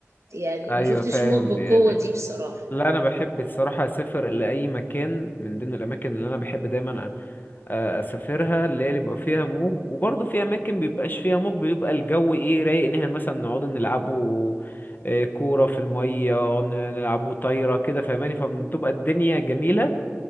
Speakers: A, on the right; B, on the left.
A: يعني
B: ايوه
A: ما شفتش
B: فاهم
A: موج بالقوه
B: يعني
A: دي بصراحه
B: لا انا بحب الصراحه اسافر لاي مكان من ضمن الاماكن اللي انا بحب دايما أ- أ- اسافرها اللي هي بيبقى فيها موج وبرضه في اماكن بيبقاش فيها موج بيبقى الجو ايه رايق ان احنا مثلا نقعد نلعبوا آه، كوره في الميه ن- نلعبوا طايره كده فاهماني فبتبقى الدنيا جميله